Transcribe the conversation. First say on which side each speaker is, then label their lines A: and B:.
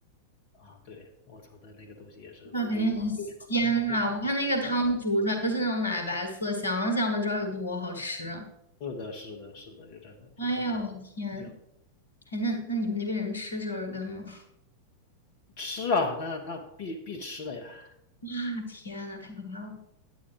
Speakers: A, on the left; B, on the left.
A: 啊，对，我操的那个东西也是非非常非常的香。
B: 那肯定很鲜呐、我看那个汤煮出来都是那种奶白色，想想都知道有多好吃。
A: 是的，是的，是的，就真的就真的
B: 哎呀，我的天！
A: 香。
B: 哎，那那你们那边人吃折耳根吗？
A: 吃啊，那那必必吃的呀。
B: 哇，天呐，太可怕了！